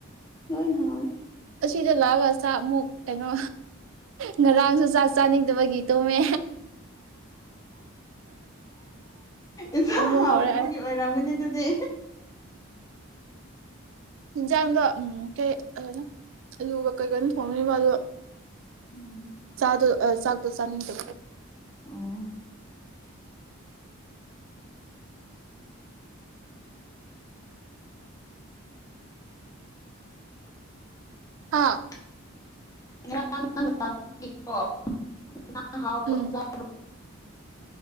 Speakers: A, on the left; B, on the right.
A: ꯂꯣꯏꯅ ꯍꯥꯎꯋꯤꯗ
B: ꯑꯁꯤꯗ ꯂꯥꯛꯑꯒ ꯆ ꯑꯃꯨꯛ ꯀꯩꯅꯣ ꯉꯔꯥꯡꯁꯨ ꯆꯥ ꯆꯥꯅꯤꯡꯗꯕꯒꯤ ꯇꯣꯝꯃꯦ
A: ꯏꯁꯥ
B: ꯑꯃꯨꯛ
A: ꯍꯥꯎꯗꯨꯕꯒꯤ
B: ꯍꯧꯔꯛꯑꯦ
A: ꯑꯣꯏꯔꯝꯒꯅꯤ ꯑꯗꯨꯗꯤ
B: ꯌꯦꯟꯖꯥꯡꯗꯣ ꯎꯝ ꯀꯩ ꯑꯗꯨ ꯑꯂꯨꯒ ꯀꯩꯀꯅ ꯊꯣꯡꯉꯔꯤꯕ ꯑꯗꯣ
A: ꯎꯝ
B: ꯆꯥꯗꯣ ꯆꯥꯛꯗꯣ ꯆꯥꯅꯤ ꯆꯣ
A: ꯑꯣ
B: ꯑꯥ
A: <unintelligible>
B: ꯎꯝ